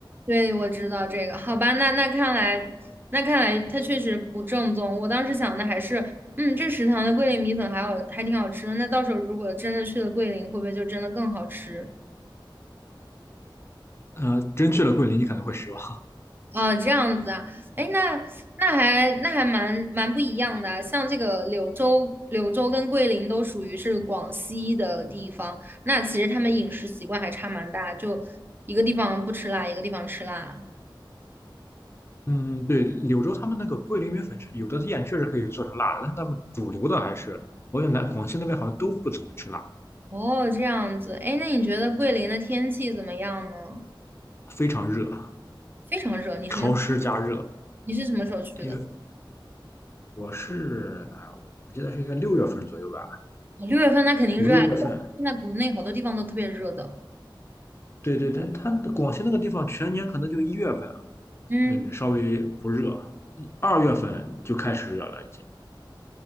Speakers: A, on the right; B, on the left.
A: 对，我知道这个。好吧，那那看来，那看来它确实不正宗。我当时想的还是，嗯，这食堂的桂林米粉还好，还挺好吃的。那到时候如果真的去了桂林，会不会就真的更好吃？
B: 呃真去了桂林，你可能会失望。
A: 哦，这样子啊，哎，那那还那还蛮蛮不一样的啊像这个柳州，柳州跟桂林都属于是广西的地方，那其实他们饮食习惯还差蛮大，就一个地方不吃辣，一个地方吃辣啊。
B: 嗯，对，柳州他们那个桂林米粉是有的店确实可以做成辣的，但是他们主流的还是，我感觉南广西那边好像都不怎么吃辣。
A: 哦，这样子，哎，那你觉得桂林的天气怎么样呢？
B: 非常热，
A: 非常热，你什么？
B: 潮湿加热。
A: 你是什么时候去的？
B: 因为我是啊，我记得是应该六月份左右吧，
A: 六月份那肯定热啊，
B: 五六月份。
A: 现在国内好多地方都特别热的。
B: 对对，但它广西那个地方全年可能就一月份，
A: 嗯，
B: 嗯，稍微不热，二月份就开始热了已经。